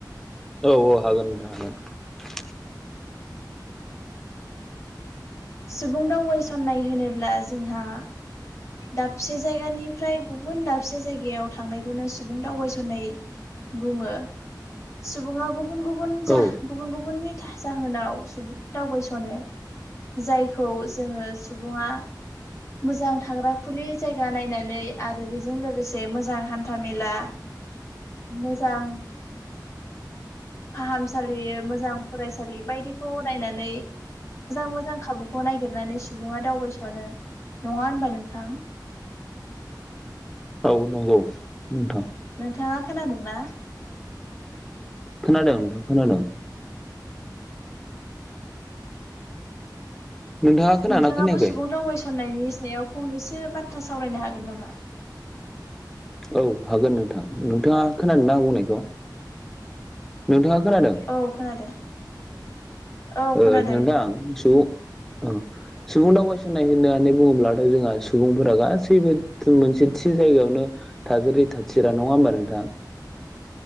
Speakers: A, in the centre; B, on the left.
A: औ औ हागोन नोंथां हागोन।
B: सुबुं दावबायसननाय होनोब्ला जोंहा दाबसे जायगानिफ्राय गुबुन दाबसे जायगायाव थांनायखौनो सुबुं दावबायस'नाय बुङो सुबुङा गुबुन गुबुन जा
A: औ
B: गुबुन गुबुननि था जाहोनाव सुबुंफ्रा दावबायस'नो जायखौ जोङो सुबुङा मोजां थाग्रा खुलि जायगा नायनानै आरो बेजों लोगोसे मोजां हान्था मेला मोजां फाहामसालि मोजां फरायसालि बायदिखौ नायनानै मोजां मोजां खाबुखौ नागिरनानै सुबुङा दावबायस'नो नङा होनबा नोंथ थां
A: औ नंगौ नोंथां।
B: नोंथाङा खोनादोंना?
A: खोनादों नोंथां खोनादों। नोंथाङा खोनादोंना
B: नोंथाङाबो
A: खोनायाखै
B: सुबुं दावबायसननायनि सायाव फंनैसो बाथ्रा सावरायनो हागोन नामा?
A: औ हागोन नोंथां। नोंथाङा खोनादोंना आं बुंनायखौ? नोंथाङा खोनादों?
B: औ खोनादों औ
A: ओ
B: खोनादों
A: नोंथां सुबुं ओ सुबुं दावबायसनाय होना नानै बुङोब्लाथ' जोंहा सुबुंफोरा गासैबो मोनसे थि जायगायावनो थाजेरै थाथिरा नङा होमबा नोंथां?